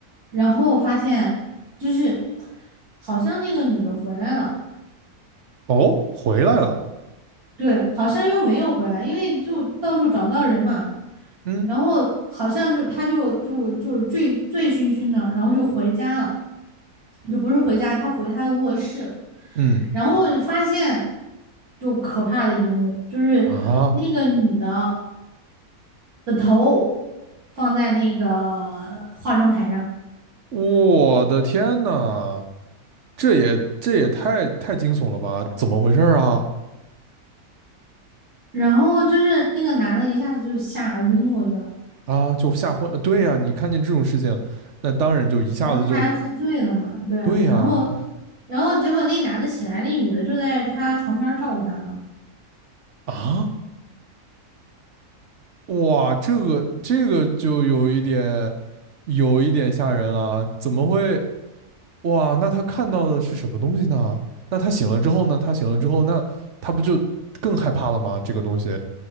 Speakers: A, on the right; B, on the right.
A: 然后我发现就是好像那个女的回来了。
B: 哦，回来了。
A: 对，好像又没有回来，因为就到处找不到人嘛，
B: 嗯
A: 然后好像就他就就就是醉醉醺醺的，然后就回家了，就不是回家，他回他的卧室了，
B: 嗯
A: 然后你发现就可怕的一幕，就是那个女的
B: 啊，
A: 的头放在那个化妆台上，
B: 我的天呐，这也这也太太惊悚了吧？怎么回事儿啊？
A: 然后就是那个男的一下子就吓晕过去了，
B: 啊，就吓昏了。对呀，你看见这种事情，那当然就一下子就
A: 然后他还喝醉了嘛，对啊，
B: 对呀
A: 然后。然后结果那男的醒来，那女的就在他床边照顾他呢。
B: 啊，哇，这个这个就有一点有一点吓人了，怎么会？哇，那他看到的是什么东西呢？那他醒了之后呢？他醒了之后，那他不就更害怕了吗？这个东西